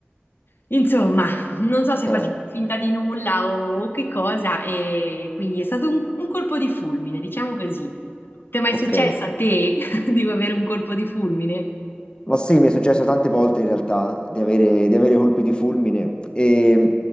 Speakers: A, on the left; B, on the left.
A: Insomma, non so se
B: Eh,
A: faccio finta di nulla o che cosa, e quindi è stato un, un colpo di fulmine, diciamo così. Ti è mai
B: ok.
A: successo a te <laughs> di avere un colpo di fulmine?
B: Ma sì, mi è successo tante volte in realtà di avere, di avere colpi di fulmine e